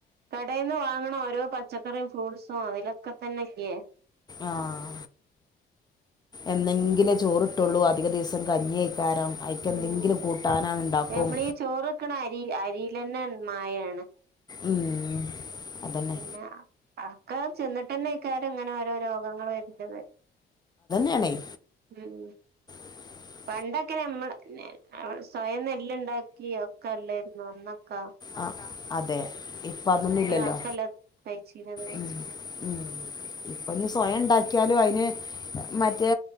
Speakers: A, on the right; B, on the left.
A: കടേന്ന് വാങ്ങ്ണ ഓരോ പച്ചക്കറിം ഫ്രൂട്ട്സും അയ്ലൊക്കെ തന്നെല്ലേ
B: ആഹ് എന്നെങ്കിലും ചോറ്ട്ടൊള്ളൂ അധിക ദിവസം കഞ്ഞ്യയ് ക്കാരം അയ്ക്കെന്തെങ്കിലും
A: ഉം
B: കൂട്ടാനാ ഇണ്ടാക്കും
A: നമ്മളീ ചോറ് വെക്കണ അരി അരിയിലന്നെ മായാണ്
B: ഉം അതന്നെ
A: പിന്നാ ആക്കാ ചെന്നിട്ട്ന്നെയ്ക്കാരം ഇങ്ങനെ ഓരോ രോഗങ്ങള് വര്ത് ന്ന്
B: ഞണെയ്
A: ഉം
B: <inaudible>
A: പണ്ടൊക്കെ നമ്മ സ്വയം നെല്ല്ണ്ടാക്കി ഒക്കെ അല്ലേയ്രുന്നാേ അന്നക്കാ
B: ആഹ് അതെ ഇപ്പ അതൊന്നും ഇല്ലല്ലോ
A: ഒക്കെല്ലേ കഴിച്ചീനത്
B: ഉം ഉം ഇപ്പൊ ഞ്ഞി സ്വയം ഇണ്ടാക്ക്യാലും അയ്ന് മറ്റേ